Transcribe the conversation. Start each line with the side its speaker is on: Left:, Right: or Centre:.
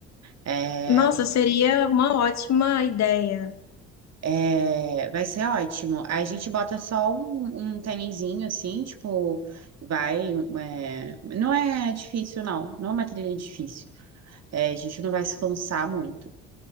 Right: É,
Left: Nossa, seria uma ótima ideia.
Right: é, vai ser ótimo. A gente bota só um, um tênisinho assim, tipo, vai. é, não é difícil, não. Não é uma trilha difícil. É, a gente não vai se cansar muito.